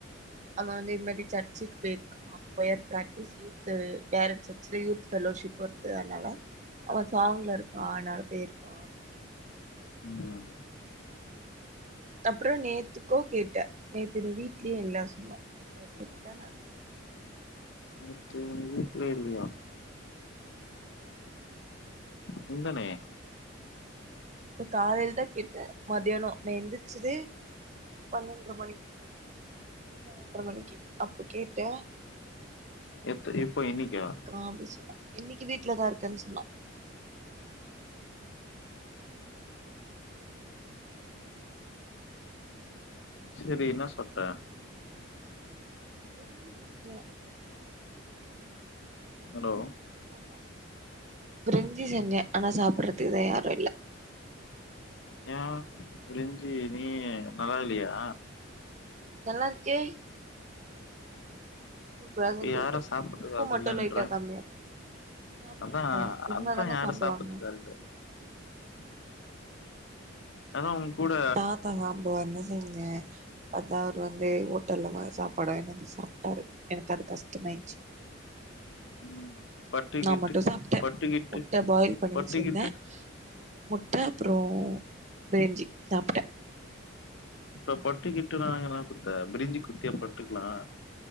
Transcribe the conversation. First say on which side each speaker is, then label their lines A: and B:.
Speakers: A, on the right; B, on the left.
A: அவன் வந்து இது மாரி சர்ச்சிக்கு போயிருக்கா பிராக்டிஸ் யூத் பேர வச்சு யூத் ல்லோஷிப் வருது அதனால அவன் சாங்ல இருக்கான் ஆனால போயிருப்பான்
B: ம்
A: அப்பறம் நேத்துக்கோ கேட்டேன் நேத்து நீ வீட்லயும் இல்லா சொன்னா செரி உட்டா நா
B: நேத்து வீட்ல இல்லயா இருந்தனே
A: இப்ப காலையில தா கேட்டே மதியானோ நா எந்திரிச்சதே பன்னெண்டுர மணி பன்னெண்டுர மணிக்கு அப்போ கேட்ட
B: எத்ரி இப்போ இன்னைகா
A: ஆபிஸ்ல இன்னைக்கு வீட்டுல தா இருக்கன்னு சொன்னா
B: சேரி என்ன சாப்ட்ட
A: கஞ்சு குடிச்ச
B: ஹலோ
A: ஆமா பிரிஞ்சி செஞ்சே ஆனா சாப்டறதுக்கு தா யாரு இல்ல
B: ஏ பிரஞ்சி நீ என்ன நல்லா இல்லையா
A: நல்லாயிருகே சூப்பரா செஞ்சிருக்க
B: யாரு சாப்டறதுக்கு
A: உப்பு
B: ஆள்
A: மட்டு
B: இல்லன்ற
A: லைட்டா கம்மியா யாருமே
B: அதா
A: இல்ல இருந்தாதான
B: அதா யாரு
A: சாப்டுவாங்க
B: சாப்டறதுக்கு ஆள் இல்ல அதா ஒங்கூட
A: தாத்தா சாப்டுவாருன்னு செஞ்ச பாத்தா அவர் வந்து ஹோட்டல்ல பாத்த அவரு வந்து ஹேட்டல்ல வ சாப்பாடு வாங்கினு வந்து சாப்டாரு எனக்கு அது கஷ்டமாயிடிச்சி
B: ம் பட்டுக்கிட்டு
A: நா மட்டு சாப்ட்டே
B: பட்டுக்கிட்டு
A: முட்ட பாயில் பண்ணி
B: பட்டுக்கிட்டு
A: வச்சிருந்தே முட்ட அப்புறோ பிரிஞ்சி சாப்ட
B: அப்ப பட்டுக்கிட்டுனாங் குத்த பிரிஞ்சு குடுத்தியா பட்டுக்கலா